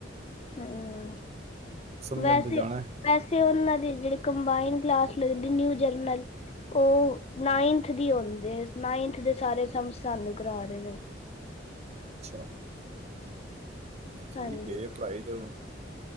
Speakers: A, on the left; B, on the right.
A: ਹੂੰ
B: ਸਮਝਣ
A: ਵੈਸੇ
B: ਤੇ ਜਾਣਾ
A: ਵੈਸੇ ਉਹਨਾਂ ਦੀ ਜਿਹੜੀ ਕੰਬਾਈਨ ਕਲਾਸ ਲਗਦੀ ਨਿਊ ਜਰਨਲ ਉਹ ਨਇਨਥ ਦੀ ਹੂੰਦੇ, ਨਾਈਨਥ ਦੇ ਸਾਰੇ ਸਮਸ ਸਾਨੂੰ ਕਰ ਰਹੇ ਨੇ।
B: ਅੱਛਾ।
A: ਹਾਂਜੀ
B: ਠੀਕ ਏ ਪੜ੍ਹਾਈ ਤੇ ਹੁਣ